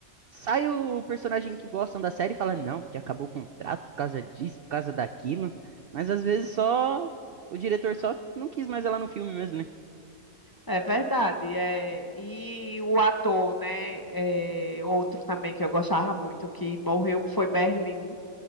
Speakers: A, on the right; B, on the left.
A: sai o personagem que gostam da série e fala, não, porque acabou o contrato por causa disso, por causa daquilo. Mas às vezes só o diretor só não quis mais ela no filme mesmo, né?
B: É verdade. É... E o ator, né? é, Outro também que eu gostava muito, que morreu, que foi Berlim.